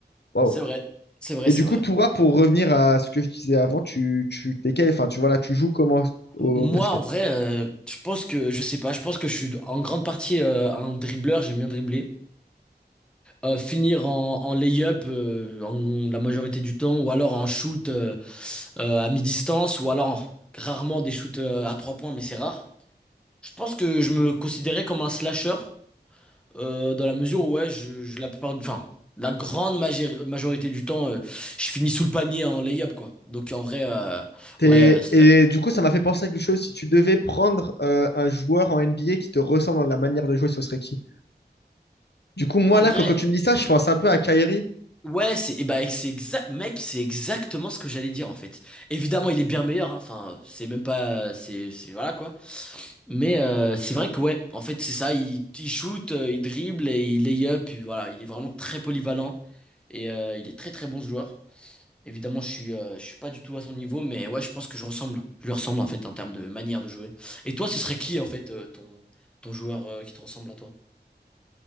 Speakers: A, on the left; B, in the centre.
A: Waouh.
B: c'est vrai, c'est vrai,
A: Et
B: c'est
A: du
B: vrai.
A: coup, Toura, pour revenir à ce que je disais avant, tu, tu, t'es quel- enfin, tu, voilà, tu joues comment au
B: Moi,
A: basket?
B: en vrai, euh, je pense que, je sais pas, je pense que je suis en grande partie euh, un dribbleur, j'aime bien dribbler. Euh, finir en, en lay-up euh, en- la majorité du temps, ou alors en shoot euh, euh, à mi-distance, ou alors rarement des shoots euh, à trois points, mais c'est rare. Je pense que je me considérais comme un slasher, Euh, dans la mesure où, ouais, je, je- la plupart, enfin, la grande major- majorité du temps, euh, je finis sous le panier en lay-up, quoi. Donc, en vrai, euh,
A: T'es-
B: ouais, euh, c'est
A: Et
B: la-
A: du coup, ça m'a fait penser à quelque chose. Si tu devais prendre euh, un joueur en NBA qui te ressemble dans la manière de jouer, ce serait qui? Du coup, moi,
B: en
A: là,
B: vrai,
A: quand, quand tu me dis ça, je pense un peu à Kyrie.
B: ouais, c'est, eh ben, c'est exact, mec, c'est exactement ce que j'allais dire, en fait. Évidemment, il est bien meilleur, hein. enfin, c'est même pas, c'est, c'est- voilà, quoi. Mais, euh, c'est vrai que, ouais, en fait, c'est ça, il, il shoot, euh, il dribble et il lay-up, et voilà, il est vraiment très polyvalent et euh, il est très, très bon ce joueur. Évidemment, je suis, euh, je suis pas du tout à son niveau, mais ouais, je pense que je ressemble. Je lui ressemble en fait en termes de manière de jouer. Et toi, ce serait qui en fait euh, ton, ton joueur euh, qui te ressemble à toi?